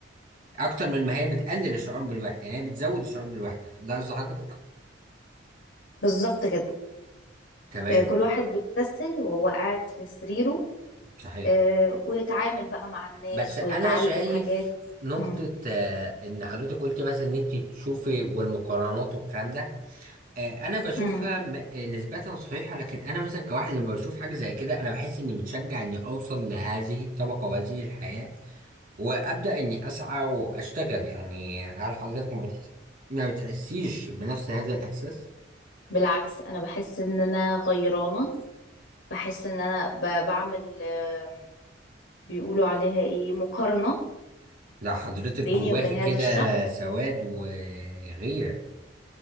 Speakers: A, on the right (about 50°); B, on the left (about 85°).
A: أكتر من ما هي بتقلل الشعور بالوحدة يعني هي بتزود الشعور بالوحدة ده قصد حضرتك؟
B: بالظبط كده
A: تمام
B: آه، كل واحد بيتسل وهو قاعد في سريره
A: صحيح
B: آه، ويتعامل بقى مع الناس
A: بس أنا
B: ويتعلم
A: شايف
B: حاجات
A: نقطة
B: مم.
A: آه، إن حضرتك قلت مثلا إن أنت تشوفي والمقارنات والكلام ده آه، انا بشوفها
B: مم.
A: م- آه، نسبة صحيحة لكن انا مثلا كواحد لما بشوف حاجة زي كده انا بحس اني متشجع اني اوصل لهذه الطبقة وهذه الحياة وابدأ اني اسعى واشتغل يعني هل حضرتك ما بتحس ما بتحسيش بنفس هذا الاحساس؟
B: بالعكس انا بحس ان انا غيرانة بحس ان انا ب- بعمل آم، بيقولوا عليها ايه مقارنة
A: لا حضرتك
B: بيني
A: جواهي
B: وبين هذا
A: كده
B: الشخص
A: سواد وغيرة